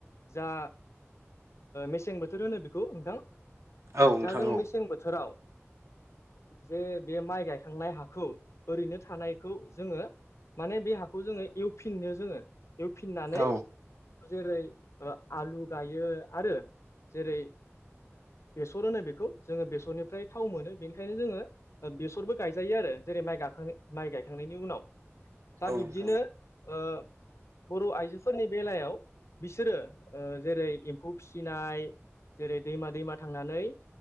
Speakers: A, on the left; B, on the right.
A: जा मेसें बोथोर होनो बेखौ नोंथां
B: औ नोंथां
A: दा जों
B: औ
A: मेसें बोथोराव जे बे माइ गायखांनाय हाखौ ओरैनो थानायखौ जोङो माने बे हाखौ जोङो एवफिननो जोङो बेयाव फिननानै
B: औ
A: जेरै आलु गायो आरो जेरै बेसर होनो बेखौ जोङो बेसरनिफ्राय थाव मोनो बेनिखायनो जोङो बेसरबो गायजायो आरो जेरै माइ गाखां माइ गायखांनायनि उनाव दा
B: औ नोंथां
A: बिब्दिनो आ बर' आइजोफोरनि बेलायाव बिसोरो जेरै एम्फौ फिसिनाय जेरै दैमा दैमा थांनानै